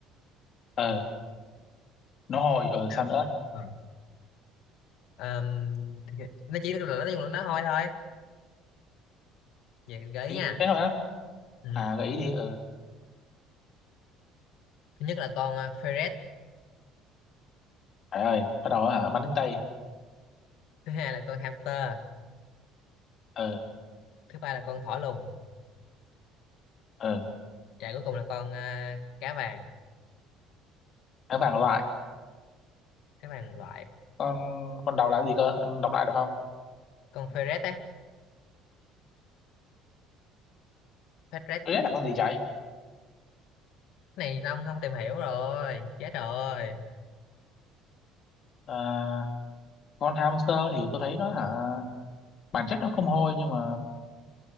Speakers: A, on the left; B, on the left.
A: ờ nó hồi
B: thú
A: ờ
B: cưng
A: sao nữa
B: nào ừ. Ờm, thì- nó chỉ là nó dùng là nó hôi thôi vậy gợi ý
A: ý
B: nha
A: thế thôi á
B: ừ.
A: à gợi ý đi ờ
B: thứ nhất là con à, ferret
A: trời ơi bắt đầu hả bắn đến tay
B: thứ hai là con hamster
A: ờ
B: thứ ba là con thỏ lùn
A: ờ
B: Dạ cuối cùng là con à, cá vàng,
A: tháng bảng loại
B: cá vàng loại
A: con con đầu là gì cơ Anh đọc lại được không
B: con ferret ấy. Ferret
A: Tôi biết là con gì chạy
B: này ông không tìm hiểu rồi, chết rồi.
A: à, con hamster thì tôi thấy nó hả bản chất nó không hôi nhưng mà